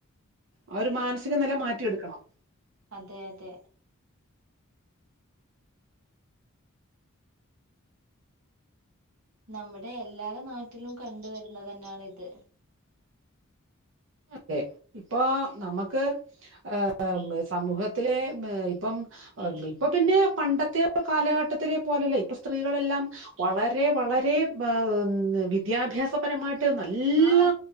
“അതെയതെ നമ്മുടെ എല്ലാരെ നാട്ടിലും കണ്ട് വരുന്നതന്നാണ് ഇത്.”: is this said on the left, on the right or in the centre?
Right